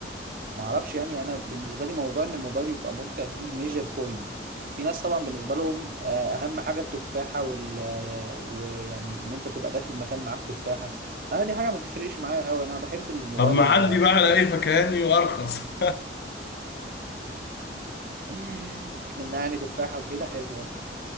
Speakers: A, on the right (about 50°); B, on the left (about 60°).
A: ما اعرفش يعني انا بالنسبه لي موضوع ان الموبايل يبقى ممتع دي ميجر بوينت في ناس طبعا بالنسبه لهم آه، اهم حاجه التفاحه وال آه، ويعني ان انت تبقى داخل المكان معاك تفاحه انا دي حاجه ما تفرقش معايا قوي انا بحب الموبايل
B: طب ما
A: اللي
B: عدي
A: يريحني
B: بقى على اي فكهاني وارخص
A: <laughs> منعني تفاحه وكده حلوه